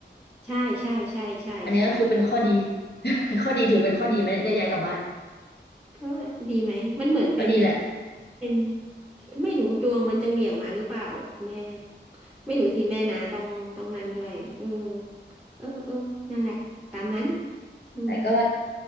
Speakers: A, in the centre; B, on the left.
A: ใช่ใช่ใช่ใช่ใช่ใช่
B: อันนี้ก็คือเป็นข้อดี <laughs> ข้อดีถือเป็นข้อดีไม่ได้ย้ายกลับบ้าน
A: ก็ดีไหมมันเหมือนเป็น
B: ก็ดีแหละ
A: เป็นไม่รู้ดวงมันจะเหวี่ยงมาหรือเปล่าแม่ไม่รู้สิแม่นะต้องต้องนั้นด้วยเออเออเออนั่นแหละตามนั้นอืม
B: แต่ก็